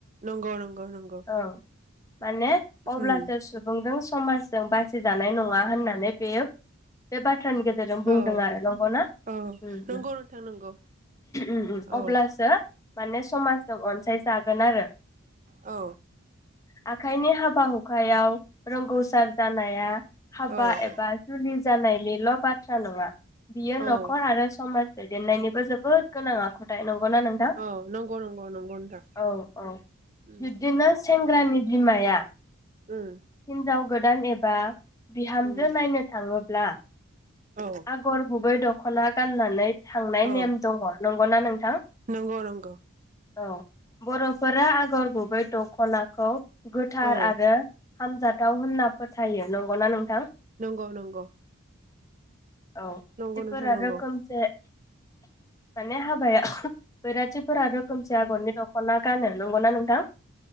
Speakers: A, on the right; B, on the left.
A: नंगौ नंगौ नंगौ
B: ओ माने अब्लासो
A: उम
B: सुबुंजों समाजजों बासिजानाय नङा होननानै बेयो बे बाथ्रानि गेजेर रांजों बुंदों
A: औ
B: आरो नंगौना?
A: औ
B: उम
A: नंगौ नोंथां नंगौ
B: उम
A: औ
B: अब्लासो माने समाजजों अनसाय जागोन आरो
A: औ
B: आखाइनि हाबा हुखायाव रोंगौसार जानाया हाबा
A: औ
B: एबा जुलि जानायनिल' बाथ्रा नङा बियो
A: औ
B: न'खर आरो समाज दैदेननायनिबो जोबोद गोनां आखुथाय नंगौना नोंथां
A: औ नंगौ-नंगौ-नंगौ नोंथां
B: औ औ
A: उम
B: बि सेंग्रानि बिमाया
A: उम
B: हिनजाव गोदान एबा बिहामजो
A: उम
B: नायनो थाङो ब्ला
A: औ
B: आगर बुबै द दख'ना गाननानै थांनाय
A: औ
B: नेम दङ नं गौना नोंथां?
A: नंगौ नंगौ।
B: औ बर'फोरा आगर गुबै दख'नाखौ गोथार
A: औ
B: आरो हामजाथाव होनना फोथायो नंगौना नोंथां
A: नंगौ नंगौ
B: औ
A: नंगौ नोंथां नंगौ
B: रोखोमसे माने हाबाया बैराथिफोरा रोखोमसे आगरनि दख'ना गानो नंगौना नोंथां